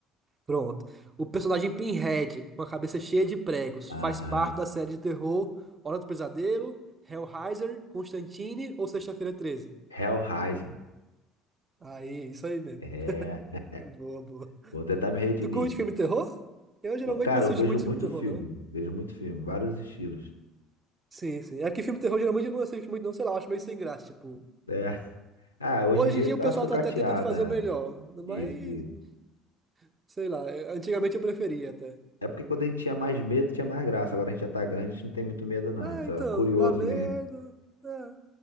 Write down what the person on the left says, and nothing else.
Aham.
Hellraising.
É.
Vou tentar me redimir.
Cara,
eu vejo
muito
filme.
Vejo muito filme. Vários estilos.
É. Ah, hoje
em dia
tá
sucateada.
Isso, isso.
É porque quando a gente tinha mais medo, tinha mais graça. Agora a gente já tá grande, a gente não tem muito medo, não.
A gente tá
curioso
mesmo.